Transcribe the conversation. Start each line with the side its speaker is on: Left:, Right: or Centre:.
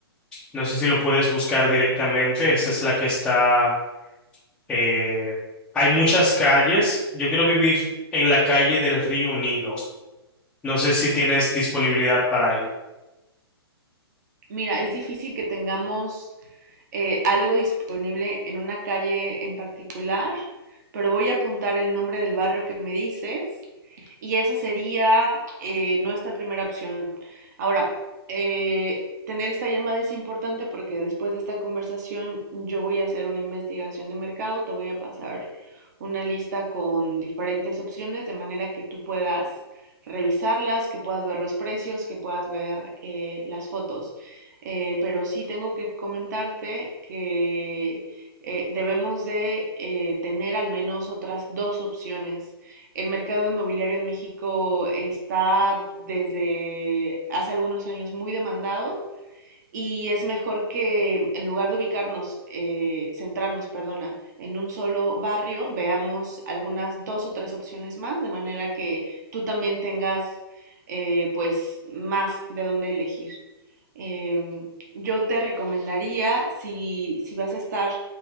Centre: No sé si lo puedes buscar directamente. Esa es la que está. eh, hay muchas calles. Yo quiero vivir en la calle del río Nilo. No sé si tienes disponibilidad para ahí.
Right: Mira, es difícil que tengamos eh, algo disponible en una calle en particular, pero voy a apuntar el nombre del barrio que me dices y esa sería eh, nuestra primera opción. Ahora, eh, tener esta llamada es importante porque después de esta conversación yo voy a hacer una investigación de mercado, te voy a pasar una lista con diferentes opciones de manera que tú puedas revisarlas, que puedas ver los precios, que puedas ver eh, las fotos. Eh, pero sí tengo que comentarte que eh, debemos de eh, tener al menos otras dos opciones el mercado inmobiliario en México está desde hace algunos años muy demandado y es mejor que en lugar de ubicarnos, eh, centrarnos, perdona, en un solo barrio, veamos algunas dos o tres opciones más, de manera que tú también tengas eh, pues más de dónde elegir. Em, yo te recomendaría, si, si vas a estar